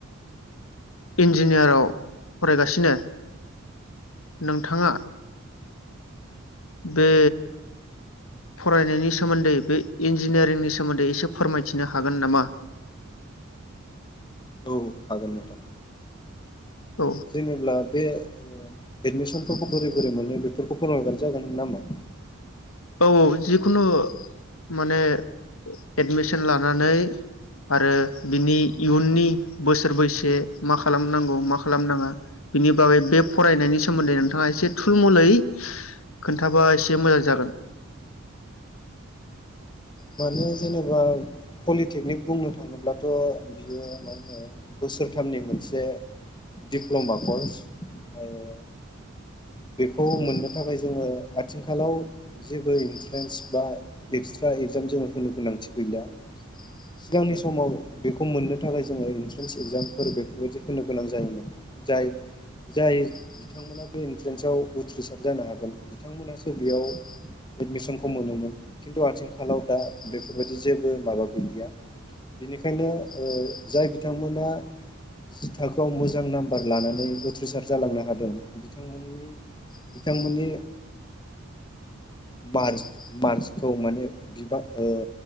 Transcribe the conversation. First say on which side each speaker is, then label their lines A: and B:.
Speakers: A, on the left; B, on the left.
A: इन्जिनियाराव फरायगासिनो नोंथाङा बे फरायनायनि सोमोन्दै बे इन्जिनियारिंनि सोमोन्दै एसे फोरमायथिनो हागोन नामा?
B: औ हागोन नोंथां
A: औ
B: जेनेबा बे ओ एदमिसनफोरखौ बोरै बोरै मोनो बेफोरखौ फोरमायबानो जागोन नामा?
A: औ औ जिखुनु माने एडमिसन लानानै आरो बिनि इयुननि बोसोर बैसे मा खालामनांगौ मा खालामनाङा बिनि बागै बे फरायनायनि सोमोन्दै नोंथाङा एसे थुल मुलै खोन्थाबा एसे मोजां जागोन
B: माने जेनेबा पलिटेकनिक बुंनो थाङोब्लाथ' बियो मा होनो बोसोरथामनि मोनसे दिप्ल'मा कर्स आरो बेखौ मोननो थाखाय जोङो आथिंखालाव जेबो इन्ट्रेन्स बा एक्सट्रा एगजाम जाम जोङो गोनांथि गैला सिगांनि समाव बेखौ मोननो थाखाय जोङो इन्ट्रेन्स एगजामफोर बेफोरबायदि होनो गोनां जायोमोन जाय जाय बिथांमोना बे इन्ट्रेन्सआव उथ्रिसार जानो हागोन बिथांमोनासो बेयाव एडमिसनखौ मोनोमोन खिन्थु आथिखा खालाव दा बेफोरबायदि जेबो माबा गैलिया बेनिखायनो ओ जाय बिथांमोना जि थाखोआव मोजां नामबार लानानै उथ्रिसार जालांनो हादों बिथांमोननि बिथांमोननि मारस मारसखौ माने बिबां ओ